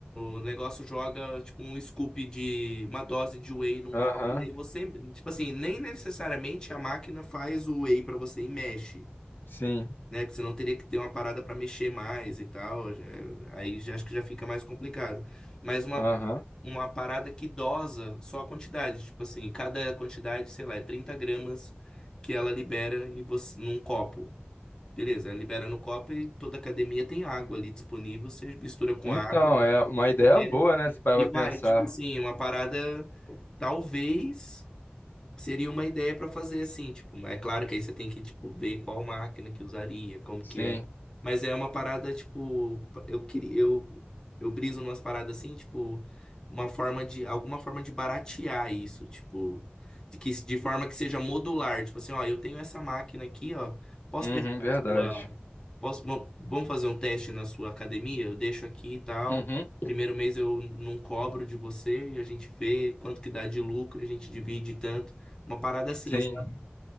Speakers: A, on the left; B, on the left.
A: o negócio joga, tipo, um scoop de, uma dose de whey num
B: aham,
A: copo, e aí você, tipo assim, nem necessariamente a máquina faz o whey pra você e mexe
B: sim.
A: né? Que você não teria que ter uma parada para mexer mais e tal. já- aí já acho que já fica mais complicado. Mas uma,
B: Aham.
A: uma parada que dosa só a quantidade. Tipo assim, cada quantidade, sei lá, é 30 gramas que ela libera e você, num copo. Beleza, ela libera no copo e toda academia tem água ali disponível. Você mistura com
B: Então,
A: água,
B: é
A: com
B: uma
A: coqueteleira,
B: ideia boa, né? Se parar
A: e
B: pra
A: vai.
B: pensar.
A: Tipo assim, uma parada. Talvez. Seria uma ideia para fazer assim, tipo, é claro que aí você tem que tipo ver qual máquina que usaria, como
B: Sim.
A: que é. Mas é uma parada tipo, eu queria eu eu briso numas paradas assim, tipo, uma forma de alguma forma de baratear isso, tipo, de que de forma que seja modular, tipo assim, ó, eu tenho essa máquina aqui, ó, posso
B: Uhum,
A: deixar na
B: verdade.
A: sua posso vam- vamos fazer um teste na sua academia? Eu deixo aqui e tal.
B: Uhum.
A: Primeiro mês eu não cobro de você e a gente vê quanto que dá de lucro, a gente divide tanto. Uma parada assim,
B: Sim.
A: sabe?